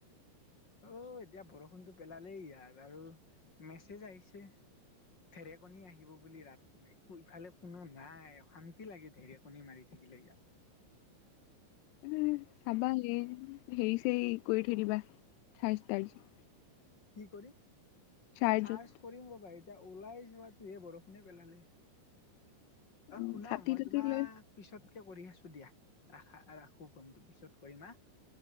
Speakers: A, on the left; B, on the left.
A: অও এতিয়া বৰষুণটো পেলালেই ইয়াত আৰু - মেছেজ আহিছে ধেৰকণী আহিব বুলি ৰাত কো ইফালে - কোনো নাই অশান্তি লাগে ঢেৰকণী মাৰি থাকিলে ইয়াত।
B: এ এ খাবা এ হেই ছেই কৰি থই দিবা। চাৰ্জ তাৰ্ত।
A: কি কৰিম?
B: চাৰ্জত
A: চাৰ্চ কৰিম ৰ'বা এইটো - এতিয়া ওলাই যোৱাতোহে বৰষুণে পেলালে অ
B: উম
A: শুনা
B: ছাতি
A: মই
B: তাতি
A: তোমাক
B: লৈ
A: - পিছতকে কৰি আছো দিয়া। ৰাখা ৰাখো ফোনটো পিছত কৰিমা আ।